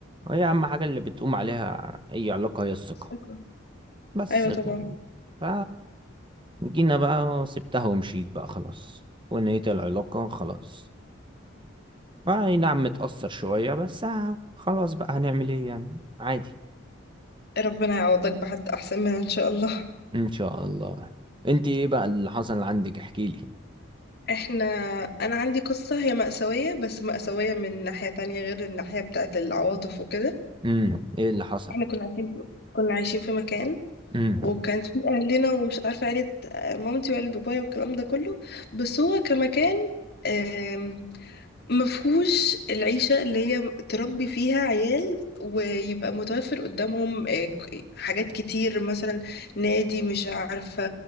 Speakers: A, on the right; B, on the left.
A: وهي اهم حاجه اللي بتقوم عليها اي علاقه هي الثقه
B: شكراً.
A: بس
B: أيوة طبعا
A: ف جينا بقى وسبتها ومشيت بقى خلاص ونهيت العلاقة خلاص اي نعم متأثر شوية بس آه، خلاص بقى هنعمل ايه يعني عادي
B: ربنا يعوضك بحد أحسن منها إن شاء الله
A: ان شاء الله انت ايه بقى اللي حصل عندك احكيلي
B: احنا أنا عندي قصة هي مأساوية بس مأساوية من ناحية تانية غير الناحية بتاعت العواطف وكده
A: امم ايه اللي حصل
B: احنا كنا عايشين كنا عايشين في مكان
A: امم
B: وكان في اهلنا ومش عارفه عيله آه، مامتي وعيله بابايا والكلام ده كله بس هو كمكان آم، مفهوش العيشه اللي هي تربي فيها عيال ويبقى متوفر قدامهم آه، ك- حاجات كتير مثلا نادي مش عارفه